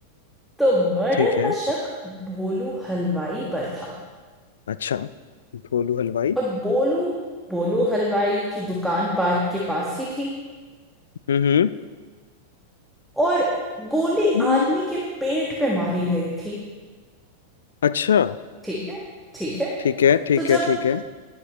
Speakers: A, in the centre; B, on the left (about 65°).
A: तो मर्डर
B: ठीक है
A: का शक भोलू हलवाई पर था
B: अच्छा भोलू हलवाई
A: और बोलू बोलू हलवाई की दुकान पार्क के पास ही थी
B: हम्म
A: और गोली
B: हम्म,
A: आदमी के पेट पे मारी गई थी
B: अच्छा
A: ठीक है ठीक है
B: ठीक है ठीक
A: तो
B: है
A: जब
B: ठीक है